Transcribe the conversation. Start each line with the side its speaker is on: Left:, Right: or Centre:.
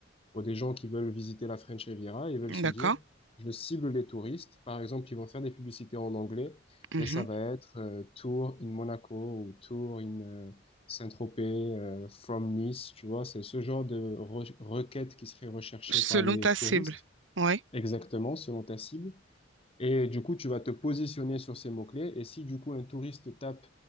Left: pour des gens qui veulent visiter la French Riviera et veulent
Right: Mhm.
Left: se
Right: D'accord.
Left: dire, je cible les touristes. Par exemple, ils vont faire des publicités en anglais
Right: Mhm.
Left: et ça va être euh, Tour in Monaco ou Tour in euh, Saint-Tropez, euh, from Nice, tu vois, c'est ce genre de re- requête qui serait recherchée
Right: Selon
Left: par les
Right: ta cible.
Left: touristes.
Right: Oui,
Left: Exactement, selon ta cible. Et du coup, tu vas te positionner sur ces mots-clés. Et si du coup, un touriste tape